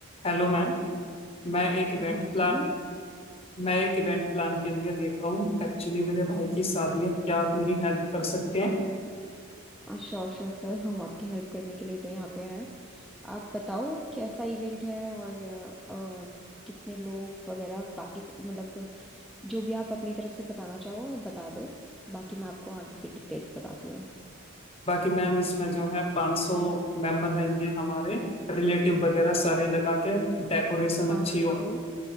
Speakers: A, on the left (about 25°); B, in the centre.
A: Hello ma'am मैं एक event
B: हाँ
A: plan
B: जी
A: मैं एक इवेंट प्लान के लिए देख रहा हूँ एक्चुअली मेरे भाई की शादी है क्या आप मेरी हेल्प कर सकते हैं
B: Sure sure sir हम आपकी हेल्प करने के लिए तो यहाँ पे हैं आप बताओ कैसा इवेंट है और अ, अ, कितने लोग वगैरह बाकी स- मतलब जो भी आप अपनी तरफ से बताना चाहो आप बता दो बाकी मैं आपको आगे की डिटेल्स बताती हूँ
A: बाकी मैम इसमें जो है 500 मेंबर रहेंगे हमारे रिलेटिव वगैरह सारे लगा के डेकोरेशन
B: पाँच
A: अच्छी हो
B: सौ